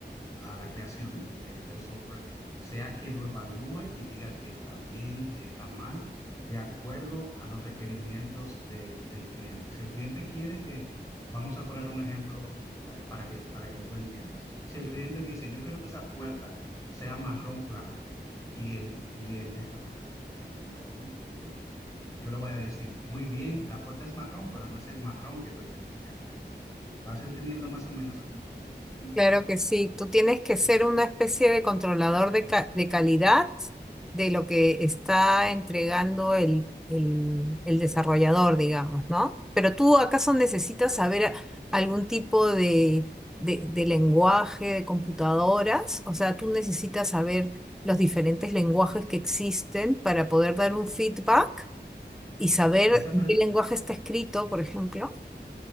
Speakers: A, on the left; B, in the centre.
A: a la creación de, del software, sea que lo evalúe y diga que está bien, que está mal, de acuerdo a los requerimientos de, del cliente. Si el cliente quiere que, vamos a poner un ejemplo eh, para que, para que tú entiendas, si el cliente dice, yo quiero que esa puerta sea marrón claro y el, y el desarrollador la hace marrón oscuro, yo le voy a decir, muy bien, la puerta es marrón, pero no es el marrón que pidió el cliente. Vas entendiendo más o menos cómo es el testing de software.
B: Claro que sí, tú tienes que ser una especie de controlador de, ca- de calidad de lo que está entregando el, el- el desarrollador, digamos, ¿no? Pero tú acaso necesitas saber a- algún tipo de, de- de lenguaje de computadoras, o sea, tú necesitas saber los diferentes lenguajes que existen para poder dar un feedback y saber
A: Esa,
B: en qué lenguaje está escrito, por ejemplo.